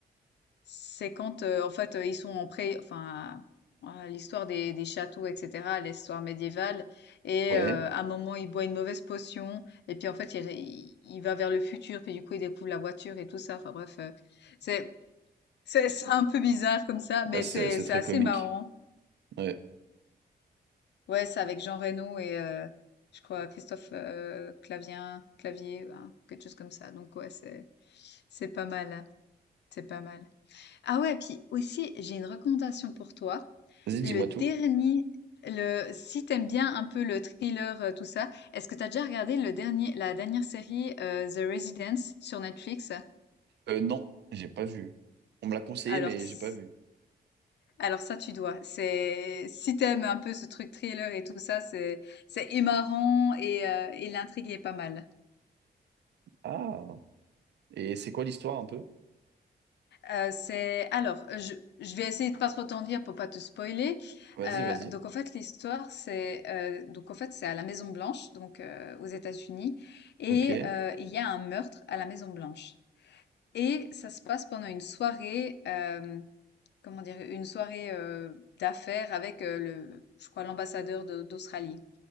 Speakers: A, on the left (about 90°); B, on the right (about 85°).
A: C'est quand, euh, en fait, euh, ils sont en pré, enfin, voilà, l'histoire des, des châteaux, etc., l'histoire médiévale, et
B: Ouais,
A: euh, à un moment, il boit une mauvaise potion, et puis en fait, il, il- il va vers le futur, puis du coup, il découvre la voiture et tout ça. Enfin bref, euh, c'est c'est c'est un peu bizarre comme ça, mais
B: Ah, c'est,
A: c'est
B: c'est
A: c'est
B: très
A: assez
B: comique.
A: marrant.
B: Ouais.
A: Ouais, c'est avec Jean Reno et euh, je crois Christophe euh, Clavien, Clavier, ben, quelque chose comme ça. Donc ouais, c'est c'est pas mal, c'est pas mal. Ah ouais, puis aussi, j'ai une recommandation pour toi.
B: Vas-y,
A: Le
B: dis-moi
A: dernier,
B: tout.
A: le, si t'aimes bien un peu le thriller, euh, tout ça, est-ce que t'as déjà regardé le dernier, la dernière série euh, The Residence sur Netflix?
B: Euh, non, j'ai pas vu. On me l'a conseillé,
A: Alors,
B: mais
A: s-
B: j'ai pas vu.
A: alors ça, tu dois. C'est, si t'aimes un peu ce truc thriller et tout ça, c'est, c'est et marrant et, euh, et l'intrigue est pas mal.
B: Ah, et c'est quoi l'histoire un peu?
A: Euh, c'est alors, euh, je, je vais essayer de pas trop t'en dire pour pas te spoiler.
B: Vas-y,
A: Euh,
B: vas-y.
A: donc en fait, l'histoire c'est euh, donc en fait c'est à la Maison Blanche, donc euh, aux États-Unis, et
B: Ok,
A: euh, il y a un meurtre à la Maison Blanche. Et ça se passe pendant une soirée, euh, comment dire, une soirée euh, d'affaires avec euh, le, je crois l'ambassadeur de- d'Australie.